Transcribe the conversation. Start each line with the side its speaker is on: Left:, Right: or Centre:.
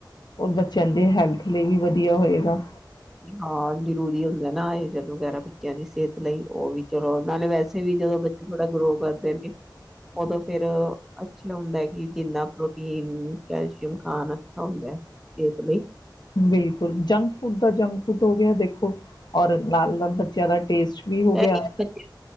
Left: ਔਰ ਬੱਚਿਆਂ ਦੇ ਹੈਲਥ ਲਈ ਵੀ ਵਧੀਆ ਵਧੀਆ ਹੋਏਗਾ
Centre: ਹਾਂ ਜਰੂਰੀ ਹੁੰਦਾ ਨਾ ਏਜਨ ਵਗੈਰਾ ਬੱਚਿਆਂ ਦੀ ਸਿਹਤ ਲਈ ਉਹ ਵੀ ਚਲੋ ਨਾਲੇ ਵੈਸੇ ਵੀ ਜਦੋਂ ਬੱਚੇ ਥੋੜਾ ਗਰੋ ਕਰਦੇਨ ਗੇ ਉਦੋਂ ਫੇਰ ਅੱਛਾ ਹੁੰਦਾ ਕਿ ਜਿੰਨਾ ਪ੍ਰੋਟੀਨ ਕੈਲਸ਼ੀਅਮ ਖਾਣ ਅੱਛਾ ਹੁੰਦੇ ਸਿਹਤ ਲਈ
Left: ਬਿਲਕੁਲ ਜੰਕ ਫੂਡ ਦਾ ਜੰਕ ਫੂਡ ਹੋ ਗਿਆ ਦੇਖੋ ਔਰ ਨਾਲ ਨਾਲ ਬੱਚਿਆਂ ਦਾ ਟੇਸਟ ਵੀ ਹੋ
Centre: <unintelligible>
Left: ਗਿਆ